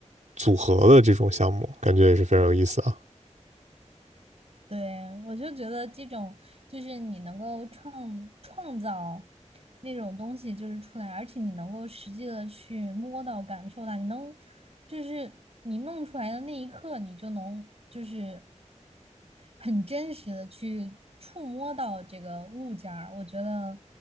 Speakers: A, on the right; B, on the right.
A: 组合的这种项目，感觉也是非常有意思啊。
B: 对，我就觉得这种就是你能够创创造那种东西就是出来，而且你能够实际的去摸到、感受到，你能就是你弄出来的那一刻，你就能就是很真实的去触摸到这个物件儿，我觉得